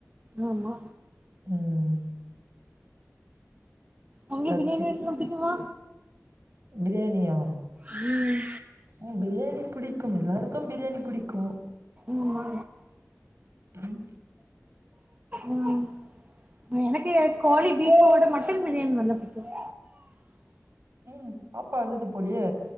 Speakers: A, on the right (about 30°); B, on the right (about 55°).
A: ஆமா
B: ம்
A: உங்களுக்கு
B: ஏதாச்சு
A: பிரியாணியெல்லா பிடிக்குமா
B: பிரியாணியா
A: ம்
B: ம் பிரியாணி பிடிக்கும் எல்லாருக்கு பிரியாணி பிடிக்கு
A: ஆமா
B: ஆம்
A: ம் எனக்கு கோழி பீப்யோட மட்டன் பிரியாணி நல்லா பிடிக்கும்
B: ம் பாப்பா அழுது போலயே